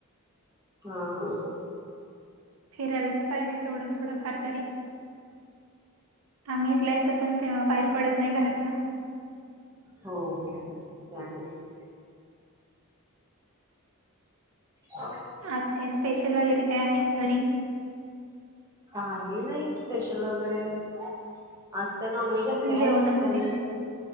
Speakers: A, on the right; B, on the right.
A: हां हां
B: फिरायला तरं पाहिजे तेवढं थोडं फार तरी आम्हीं इथल्यांईथं पणं बाहेर पडतं नाहीं घरातंन.
A: हो हो हो ते आहेचं. हो <unintelligible>
B: आज कायं स्पेशल वगैरें कायं आहे कां घरी
A: कांहीं नाहीं स्पेशल वगैरें आज कांय नॉन व्हेज असतें
B: जेवणामध्ये?
A: आज हो